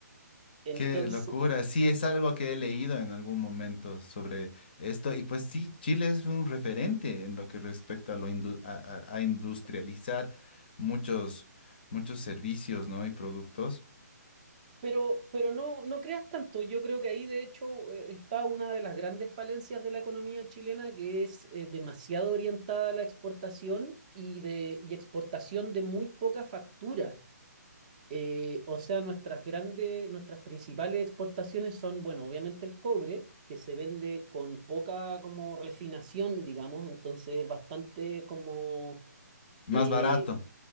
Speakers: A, on the right; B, on the left.
A: entonces,
B: Qué locura. Sí, es algo que he leído en algún momento sobre esto. Y pues sí, Chile es un referente en lo que respecta a lo indu- a, a- a industrializar muchos, muchos servicios, ¿no? Y productos
A: pero, pero no, no creas tanto. Yo creo que ahí, de hecho, eh, está una de las grandes falencias de la economía chilena, que es eh, demasiado orientada a la exportación y, de, y exportación de muy poca factura. Eh, o sea, nuestras grandes, nuestras principales exportaciones son, bueno, obviamente el cobre, que se vende con poca como refinación, digamos, entonces bastante como
B: más
A: eh,
B: barato.